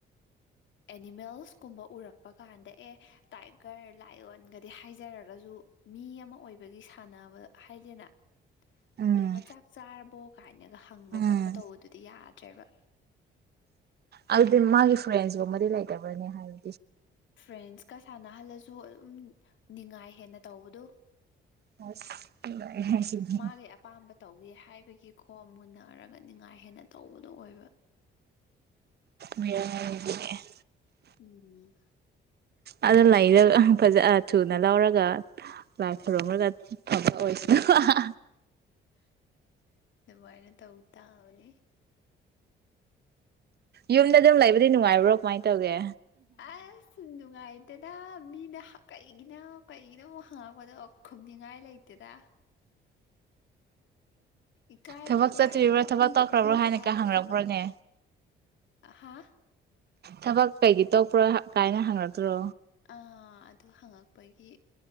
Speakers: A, on the left; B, on the right.
A: ꯑꯦꯅꯤꯃꯦꯜꯁꯀꯨꯝꯕ ꯎꯔꯛꯄ ꯀꯥꯟꯗ ꯑꯦ ꯇꯥꯏꯒꯔ ꯂꯥꯏꯑꯣꯣꯟꯒꯗꯤ ꯍꯥꯏꯖꯔꯒꯁꯨ ꯃꯤ ꯑꯃ ꯑꯣꯏꯕꯒꯤ ꯁꯥꯟꯅꯕ ꯍꯥꯏꯗꯦꯅ
B: ꯎꯝ
A: ꯕꯦꯃ ꯆꯥꯛ ꯆꯥꯔꯕꯣ ꯀꯥꯏꯅꯒ ꯍꯪꯕ
B: ꯎꯝ
A: ꯈꯣꯠꯄ ꯇꯧꯕꯗꯨꯗꯤ ꯌꯥꯗ꯭ꯔꯦꯕ
B: ꯑꯗꯨꯗꯤ ꯃꯥꯒꯤ ꯐ꯭ꯔꯦꯟꯁꯒꯨꯝꯕꯗꯤ ꯂꯩꯇꯕꯅꯦ ꯍꯥꯏꯕ
A: ꯐ꯭ꯔꯦꯟꯁꯀ ꯁꯥꯟꯅꯍꯜꯂꯁꯨ ꯑꯗꯨꯝ ꯅꯤꯡꯅꯤꯉꯥꯏ ꯍꯦꯟꯅ ꯇꯧꯕꯗꯨ
B: ꯑꯁ ꯁꯤꯗꯤ
A: ꯃꯥꯒꯤ ꯑꯄꯥꯝꯕ ꯇꯧꯒꯦ ꯍꯥꯏꯕꯒꯤ ꯈꯣ ꯃꯨꯟꯅꯔꯒꯅꯤ ꯉꯥꯏ ꯍꯦꯟꯅ ꯇꯧꯕꯗꯣ ꯑꯣꯏꯕ
B: ꯕꯤꯔꯌꯥꯅꯤ ꯂꯩꯕꯤꯉꯑꯦ
A: ꯎꯝ
B: ꯑ ꯂꯩꯔ ꯐꯖ ꯊꯨꯅ ꯂꯧꯔꯒ ꯂꯥꯏ ꯈꯨꯔꯝꯨꯔꯒ ꯐꯕ ꯑꯣꯏꯁꯅ
A: ꯚꯅ ꯇ ꯎꯇꯥꯅꯤ
B: ꯌꯨꯝꯗ ꯑꯗꯨꯝ ꯂꯩꯕꯗꯤ ꯅꯨꯡꯉꯥꯏꯕ꯭ꯔꯣ ꯀꯃꯥꯏꯅ ꯇꯧꯒꯦ
A: ꯑꯁ ꯁꯗꯨꯅꯨꯡꯉꯥꯏ ꯗꯦꯗꯥ ꯃꯤꯅ ꯀꯩꯒꯤꯅ ꯀꯩꯒꯤꯅ ꯑꯃꯨꯛ ꯍꯪꯉꯛꯄꯗꯣ ꯈꯨꯝꯅꯤꯡꯉꯥꯏ ꯂꯩꯇꯦꯗ ꯏꯀꯥꯏꯕꯗꯣ
B: ꯊꯕꯛ ꯆꯠꯇ꯭ꯔꯤꯕ꯭ꯔꯣ
A: ꯍꯥꯏꯗꯤ
B: ꯊꯕꯛ
A: ꯄꯤꯗꯕꯅꯦ
B: ꯇꯧꯈ꯭ꯔꯕ꯭ꯔꯣ ꯍꯥꯏꯅꯒ
A: ꯍꯥꯏꯔꯁꯨ
B: ꯍꯪꯔꯛꯄ꯭ꯔꯣꯅꯦ
A: ꯍꯥ
B: ꯊꯕꯛ ꯀꯩꯒꯤ ꯇꯣꯛꯄ꯭ꯔꯣ ꯀꯥꯏꯅ ꯍꯪꯉꯛꯇ꯭ꯔꯣ꯫
A: ꯑꯥ ꯑꯗꯨ ꯍꯪꯉꯛꯄꯒꯤ